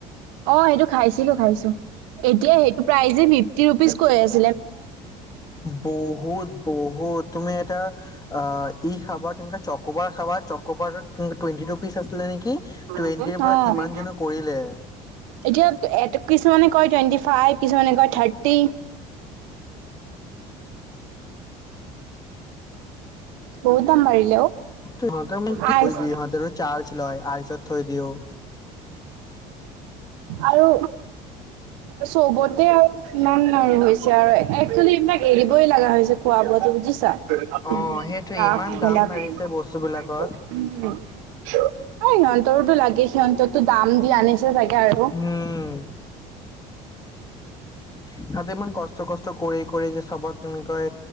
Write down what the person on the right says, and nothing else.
অ, সেইটো খাইছিলো খাইছো এতিয়া সেইটো প্ৰাইজে ফিফটি ৰুপিজ কৈ আছে।
নেকি
এতিয়া কিছুমানে কয় টুৱেণ্টি ফাইভ কিছুমানে কয় থাৰ্টি। বহু দাম পাৰিলে অ,
আইচ।
আৰু চবতে আৰু ইমান আৰু হৈছে আৰু একচেলি এইবিলাক এৰিবই লগা হৈছে। যে কোৱা আব বুজিছা। <unintelligible> অ, সিহতৰোতটো
লাগে সিহতৰতো দাম দি আনিছে। জাগে আৰু